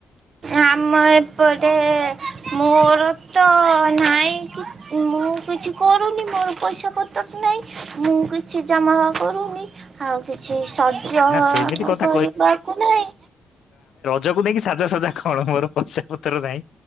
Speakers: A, on the right (about 50°); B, on the left (about 75°).
A: ଆମ ଏପଟେ ମୋର ତ ନାହିଁ କି ମୁଁ କିଛି କରୁନି ମୋର ପଇସା ପତ୍ର ନାହିଁ। ମୁଁ କିଛି ଜମା କରୁନି। ଆଉ କିଛି ଶଜ
B: ନା ସେମିତି କଥା
A: କରିବାକୁ ନାହିଁ।
B: ଜକୁ ନେଇକି ସାଜାସଜା କଣୋର ପଚା ପତ୍ର ନାହିଁ